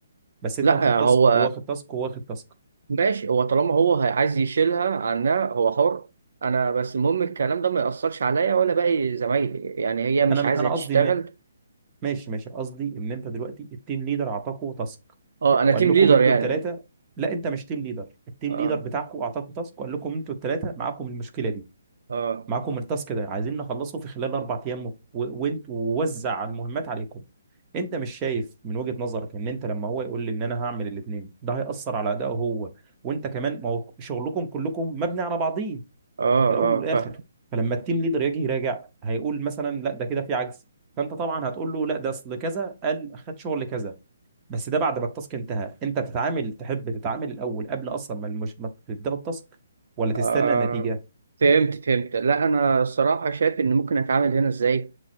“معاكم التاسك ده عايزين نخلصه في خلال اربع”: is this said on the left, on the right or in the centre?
Right